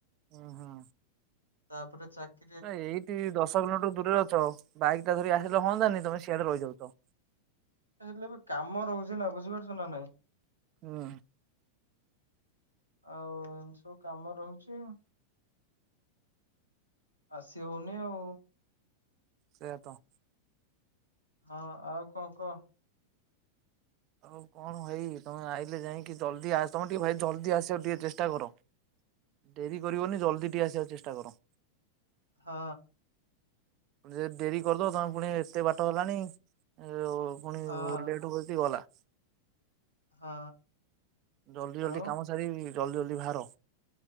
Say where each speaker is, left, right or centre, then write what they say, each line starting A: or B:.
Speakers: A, on the right; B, on the right.
A: ହଁ ହଁ।
B: ତାପରେ ଚାକ
A: ଆ-ଆ ଏଇଠି ଦଶ କିଲୋମିଟର ଦୂରରେ ଅଛ ବାଇକ୍ ଟା ଧରିିକି ଆସିଲେ ହୁଅନ୍ତାନି ତମେ ସିଆଡେ ରହିଯାଉଚ।
B: ଯା ହେଲେ ବି କାମ ରହୁଛି ନା ବୁଝିପାରୁଛ ନା ନାଇଁ।
A: ହୁଁ।
B: ଆଉ-ଉ-ଉ-ଉ ଏମିତି ସବୁ କାମ ରହୁଚି। ଆସିହଉନି ଆଉ।
A: ସେୟା ତ।
B: ହଁ ଆଉ କଣ କହ?
A: ହଁ କଣ ଭାଇ ତମେ ଆଇଲେ ଯାଇଁକି ଜଲ୍ଦି ଆସ ତମେ ଟିକେ ଭାଇ ଜଲଦି ଆସିବାକୁ ଟିକେ ଚେଷ୍ଟା କର। ଡେରି କରିବନି ଜଲଦି ଟିକେ ଆସିବାକୁ ଚେଷ୍ଟା କର।
B: ହଁ।
A: ଯେ ଡେରି କରିଦବ ତମେ ପୁଣି ଏତେ ବାଟ ହେଲାଣି ଏଁ ଅ ପୁଣି-ଇ-ଇ-ଇ
B: ହଁ।
A: ଲେଟ୍ ହବ ଯଦି ଗଲା।
B: ହଁ।
A: ଜଲଦି ଜଲଦି
B: ଆଉ
A: କାମ ସାରିକି ଜଲଦି ଜଲଦି ବାହାର।